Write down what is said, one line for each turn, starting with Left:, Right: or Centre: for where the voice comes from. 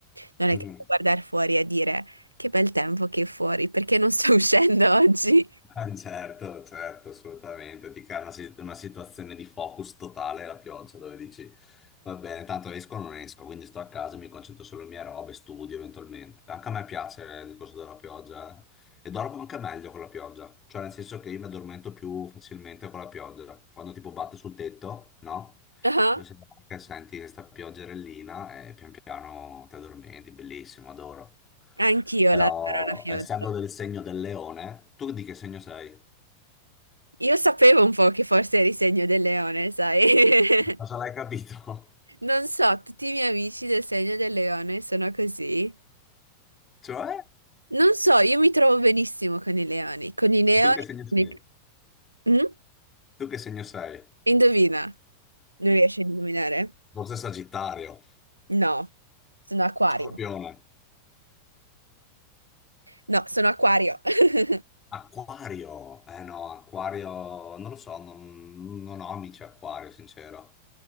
Right: Non
Left: Mhm.
Right: è che
Left: Mhm.
Right: sto a guardare fuori e dire che bel tempo che è fuori, perché non sto <laughs> uscendo oggi.
Left: Ah, Certo, certo, assolutamente. Ti crea una, si- una situazione di focus totale la pioggia dove dici va bene, tanto esco o non esco, quindi sto a casa, mi concentro sulle mie robe, studio eventualmente. Anche a me piace il discorso della pioggia eh. e dormo anche meglio con la pioggia, cioè nel senso che io mi addormento più facilmente con la pioggia. Quando tipo batte sul tetto, no?
Right: Ah,
Left: E se- che Senti questa pioggerellina e pian piano ti addormenti, bellissimo, adoro.
Right: Anch'io
Left: Però
Right: la darò la pioggia.
Left: essendo del segno del leone, tu di che segno sei?
Right: Io sapevo un po' che forse eri segno del leone, sai? <laughs>
Left: Ma Cosa l'hai capito?
Right: Non so, tutti i miei amici del segno del leone sono così.
Left: Cioè?
Right: Non so, io mi trovo benissimo con i leoni. Con i leoni...
Left: Tu che segno sei?
Right: con i- Mm?
Left: Tu che segno sei?
Right: Indovina. Non riesci a indovinare?
Left: Forse Sagittario,
Right: No, sono acquario.
Left: Scorpione,
Right: No, sono acquario. <laughs>
Left: Acquario. Eh no, Acquario, non lo so, non, non ho amici Acquario, sincero.